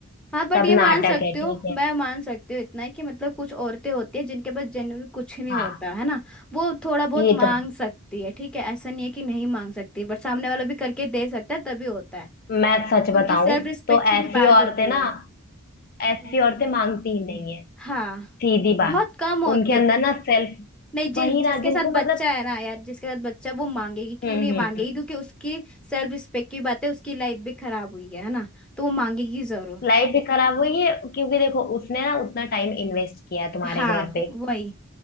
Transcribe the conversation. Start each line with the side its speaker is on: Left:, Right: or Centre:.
Centre: हाँ बट
Left: सब
Centre: ये मान
Left: नाटक
Centre: सकते
Left: है
Centre: हो
Left: ठीक है
Centre: मैं मान सकती हूँ इतना ही कि मतलब कुछ औरतें होती है जिनके पास जनरल कुछ नहीं
Left: हाँ
Centre: होता है ना वो थोड़ा बहुत
Left: ये
Centre: मांग
Left: तो है
Centre: सकती है ठीक है ऐसा नहीं है कि नहीं मांग सकती बट सामने वाला भी करके दे सकता है तभी होता है
Left: मैं सच
Centre: उनकी
Left: बताऊं
Centre: सेल्फ रिस्पेक्ट
Left: तो
Centre: की
Left: ऐसी
Centre: भी बात
Left: औरतें
Centre: होती
Left: ना
Centre: है
Left: ऐसी
Centre: हम्म।
Left: औरतें मांगती ही नहीं है
Centre: हाँ
Left: सीधी बात
Centre: बहुत कम होती
Left: उनके अंदर
Centre: है
Left: ना सेल्फ
Centre: नहीं जिस
Left: वही
Centre: जिसके
Left: ना जिनको
Centre: साथ बच्चा
Left: मतलब
Centre: है ना यार जिसके साथ बच्चा है, वो मांगेगी क्यों
Left: हम्म
Centre: नहीं मांगेगी
Left: हम्म
Centre: क्योंकि उसकी सेल्फ रिस्पेक्ट की बात है उसकी लाइफ भी खराब हुई है है ना तो वो मांगेगी जरूर
Left: लाइफ भी खराब हुई है क्योंकि देखो उसने ना उतना टाइम इन्वेस्ट किया है तुम्हारे
Centre: हाँ
Left: घर पे
Centre: वही